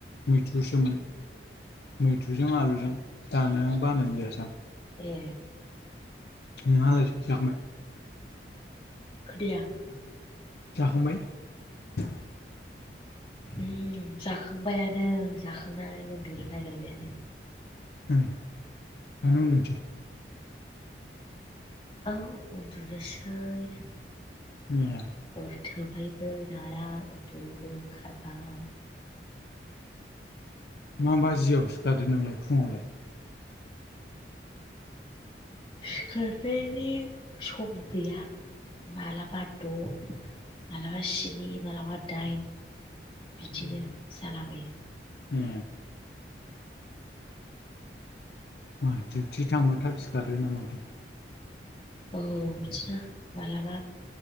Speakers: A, on the left; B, on the left.
A: मैथ्रुसोमोन। मैथ्रुजों आलुजों जानो बानो जायासां।
B: ए
A: नोंहालाय जाखांबाय?
B: <inaudible>
A: जाखांबाय? <inaudible>
B: उम जाखांबायानो जाखांनानै उन्दुनो नागिरबायानो।
A: ओं दानो उन्दुनोसै?
B: औ उन्दुनोसै
A: <inaudible>
B: हरथौबायबो नालाय उन्दुनोबो ओंखारबाय
A: मा बाजिआव सिखारो नोंलाय फुङावलाय?
B: सिखारनायनि सम गैया मालाबा द', मालाबा स्ननि, मालाबा दाइन, बिदिनो
A: आयौ
B: जालाबायो
A: ए मा डिउथि थांबा थाब सिखारो नामा माथो?
B: औ बिदिनो मालाबा